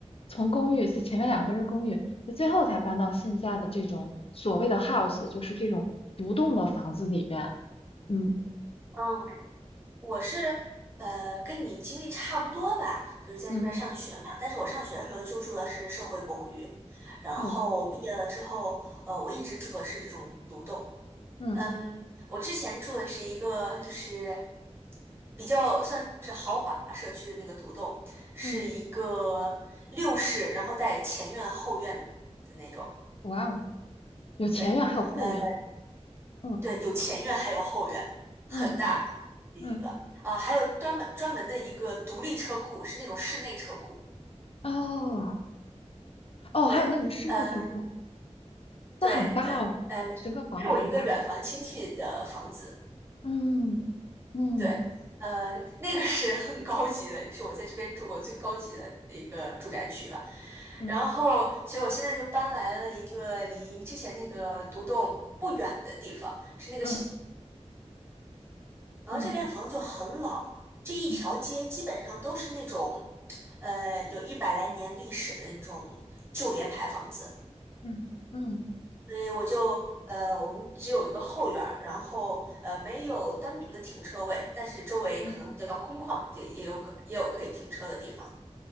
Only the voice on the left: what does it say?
从公寓，就前面两个都是公寓，就最后才搬到现在的这种所谓的 house，就是这种独栋的房子里边。嗯
嗯，
有
嗯
嗯，
哇哦。有前院还有后院，
嗯
嗯嗯，
哦哦，
还有那种室内车库，
那很大哦，
整个房子很大，
嗯嗯
嗯
嗯
嗯
嗯
嗯嗯
嗯，